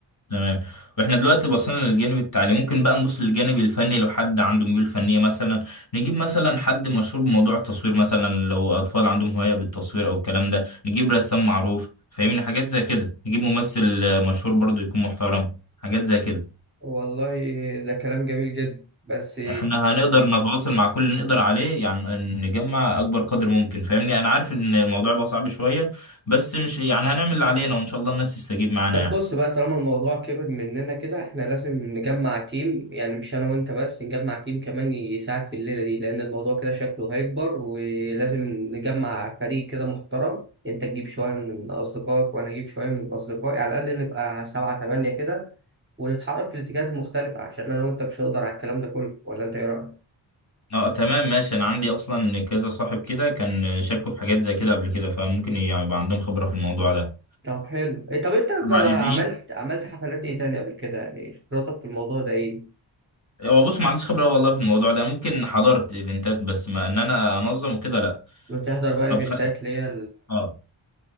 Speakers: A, on the left; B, on the right.
A: تمام واحنا دلوقتي بصينا للجانب التعليمي ممكن بقى نبص للجانب الفني لو حد عنده ميول فنية مثلا نجيب مثلا حد مشهور بموضوع التصوير مثلا لو أطفال عندهم هواية بالتصوير أو الكلام ده نجيب رسام معروف فاهمني حاجات زي كده نجيب ممثل آه، مشهور برضو يكون محترم حاجات زي كده
B: والله ده كلام جميل جدا بس
A: احنا هنقدر نتواصل مع كل اللي نقدر عليه يعني نجمع أكبر قدر ممكن فاهمني أنا عارف إن الموضوع بقى صعب شوية بس مش يعني هنعمل اللي علينا وإن شاء الله الناس تستجيب معانا
B: طب
A: يعني
B: بص بقى طالما الموضوع كبر مننا كده احنا لازم نجمع تيم يعني مش انا وانت بس نجمع تيم كمان يساعد في الليلة دي لان الموضوع كده شكله هيكبر ولازم نجمع فريق كده محترم انت تجيب شوية من اصدقائك وانا اجيب شوية من اصدقائي على الاقل نبقى سبعة تمانية كده ونتحرك في الاتجاهات المختلفة عشان انا وانت مش هنقدر على الكلام ده كله ولا انت ايه رأيك؟
A: اه تمام ماشي انا عندي اصلا كذا صاحب كده كان شاركوا في حاجات زي كده قبل كده فممكن يعني يبقى عندهم خبرة في الموضوع ده
B: طب حلو إيه، طب انت
A: طبعا
B: جا-
A: ايزين
B: عملت عملت حفلات ايه تاني قبل كده يعني خبرتك في الموضوع ده ايه؟
A: هو بص ما عنديش خبرة والله في الموضوع ده ممكن حضرت ايفنتات بس ما ان انا انظم وكده لا
B: بتحضر بقى ايفنتات
A: طب خل...
B: اللي هي
A: اه